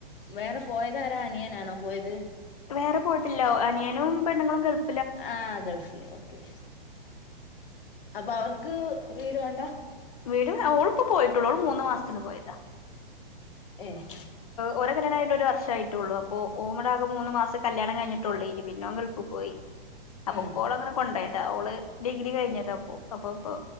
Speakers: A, on the left (about 65°); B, on the left (about 40°).
A: വേറെ പോയതാരാ അനിയനാണോ പോയത്
B: വേറെ പോയിട്ടില്ലാ ഓ അനിയനും പെണ്ണുങ്ങളും ഗൾഫ്
A: ആഹ് ഗൾഫില് ഓക്കെ അപ്പൊ അവർക്ക് വീട് വേണ്ടാ
B: വീട് ആഹ് ഓളിപ്പ പോയിട്ടൊള്ളൂ ഓള് മൂന്ന് മാസത്തിന് പോയതാ
A: ഏഹ്
B: ഓര കല്യാണ കഴിഞ്ഞിട്ടൊരു വർഷായിട്ടൊള്ളൂ അപ്പൊ ഓൻവടെ ആകെ മൂന്ന് മാസെ കല്യാണം കഴിഞ്ഞിട്ടൊള്ളേനി പിന്നെ ഓൻ ഗൾഫ് പോയി അപ്പുപ്പോളങ്ങനെ
A: ആഹ്
B: കൊണ്ടോയത് ആ ഓള് ഡിഗ്രി കഴിഞ്ഞതാപ്പോ അപ്പൊ ഇപ്പോ